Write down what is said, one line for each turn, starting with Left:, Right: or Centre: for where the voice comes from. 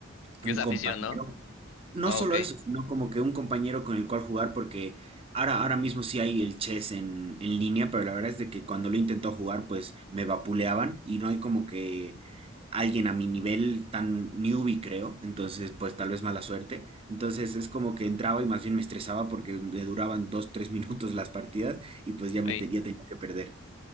Left: Es
Right: un
Left: afición,
Right: compañero
Left: ¿no?
Right: no
Left: Ah,
Right: solo
Left: ok.
Right: eso, sino como que un compañero con el cual jugar, porque ahora, ahora mismo sí hay el chess en, en línea, pero la verdad es de que cuando lo intentó jugar, pues me vapuleaban y no hay como que alguien a mi nivel tan newbie, creo. Entonces, pues tal vez mala suerte. Entonces es como que entraba y más bien me estresaba porque le duraban dos, tres <laughs> minutos las partidas y pues ya me
Left: ey.
Right: te- ya tenía que perder.